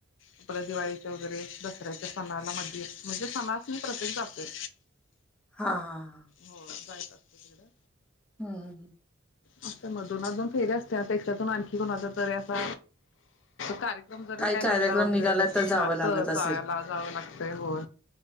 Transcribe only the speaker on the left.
आपल्या दिवाळीच्या वगैरे दसऱ्याच्या सणाला मध्ये म्हणजे सणास म प्रत्येक जाते
हो बायत असतो तिकडं
अस मधूनजून फेरी असते ना त्याच्यातून आणखी कोणाचा तरी असा कार्यक्रम जर
काय
निघला वगैरेत
चायाला जावं लागतंय हो